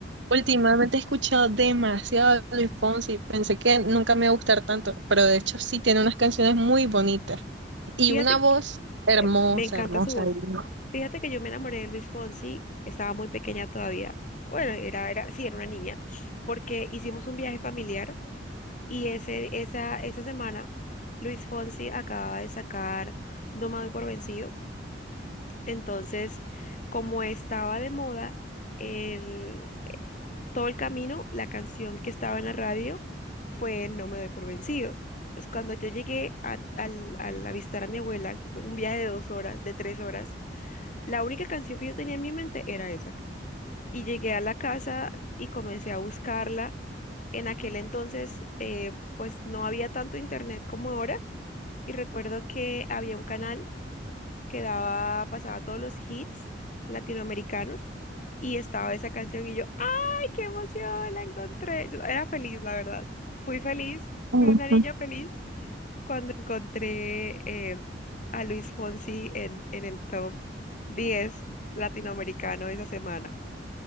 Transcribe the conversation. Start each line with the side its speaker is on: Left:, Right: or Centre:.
Right: Últimamente he escuchado demasiado a Luis Fonsi. Pensé que nunca me iba a gustar tanto, pero de hecho sí tiene unas canciones muy bonitas y
Left: Fíjate,
Right: una voz
Left: que-
Right: hermosa,
Left: me encanta
Right: hermosa.
Left: su voz.
Right: divina.
Left: Fíjate que yo me enamoré de Luis Fonsi, estaba muy pequeña todavía. Bueno, era, era, sí, era una niña, porque hicimos un viaje familiar y ese, esa, esa semana Luis Fonsi acababa de sacar No me doy por vencido Entonces, como estaba de moda el, eh, todo el camino, la canción que estaba en la radio fue No me doy por vencido. Entonces, cuando yo llegué a- al, al avistar a mi abuela, un viaje de dos horas, de tres horas, la única canción que yo tenía en mi mente era esa. Y llegué a la casa y comencé a buscarla. En aquel entonces, eh, pues no había tanto internet como ahora. Y recuerdo que había un canal que daba, pasaba todos los hits latinoamericanos y estaba esa canción y yo, ¡ay, qué emoción! La encontré. Yo era feliz, la verdad. Fui feliz,
Right: Ujú.
Left: fui una niña feliz cuando encontré eh, a Luis Fonsi en, en el top 10 latinoamericano esa semana.